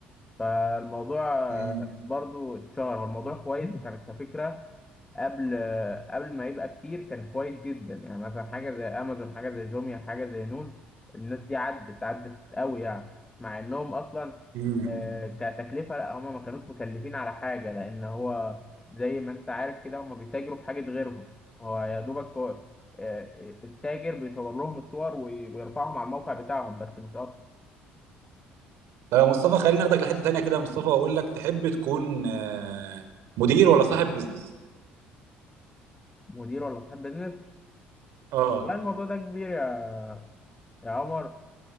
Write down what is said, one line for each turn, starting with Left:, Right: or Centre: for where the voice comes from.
Left: فالموضوع آه،
Right: امم
Left: برضو اتشهر هو الموضوع كويس وكانت كفكره قبل قبل ما يبقى كتير كان كويس جدا يعني مثلا حاجة زي أمازون حاجة زي جوميا حاجة زي نون الناس دي عدت عدت قوي يعني مع إنهم أصلا
Right: امم
Left: آه، كتكلفة لا هما ما كانوش مكلفين على حاجة لأن هو زي ما أنت عارف كده هما بيتاجروا في حاجة غيرهم هو يا دوبك هو آه، التاجر بيصور لهم الصور وي- ويرفعهم على الموقع بتاعهم بس مش أكتر
Right: طب يا مصطفى خلينا ناخدك لحته تانيه كده يا مصطفى واقول لك تحب تكون آه، مدير ولا صاحب بيزنس
Left: مدير ولا صاحب بيزنس
Right: اه
Left: لا الموضوع ده كبير يا يا عمر